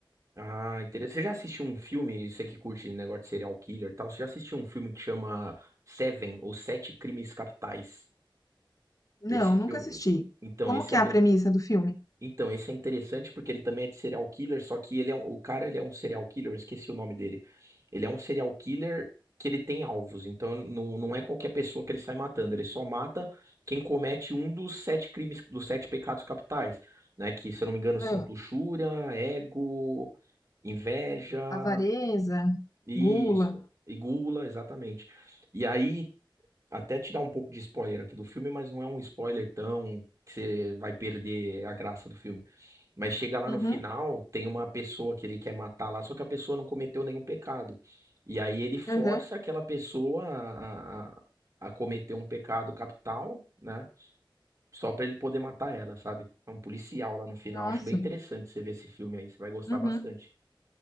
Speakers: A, on the right; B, on the left.
A: Ah, interessante. Você já assistiu um filme, você que curte negócio de serial killer e tal, você já assistiu um filme que chama Seven, ou Sete Crimes Capitais?
B: Não,
A: Esse filme.
B: nunca assisti.
A: Então,
B: Como
A: esse
B: que
A: é
B: é
A: bem.
B: a premissa do filme?
A: Então, esse é interessante porque ele também é de serial killer, só que ele é um- o cara, ele é um serial killer, eu esqueci o nome dele. Ele é um serial killer que ele tem alvos, então não, não é qualquer pessoa que ele sai matando, ele só mata quem comete um dos sete crimes, dos sete pecados capitais, né? Que, se eu não me engano, são
B: Ah,
A: luxúria, ego, inveja,
B: avareza,
A: isso,
B: gula.
A: e gula, exatamente. E aí, até te dar um pouco de spoiler aqui do filme, mas não é um spoiler tão que você vai perder a graça do filme. Mas chega lá
B: Uhum,
A: no final, tem uma pessoa que ele quer matar lá, só que a pessoa não cometeu nenhum pecado. E aí ele força
B: uhum.
A: aquela pessoa a, a, a a cometer um pecado capital, né? Só pra ele poder matar ela, sabe? É um policial lá no final.
B: Nossa.
A: Acho bem interessante você ver esse filme aí, você vai gostar
B: Uhum,
A: bastante.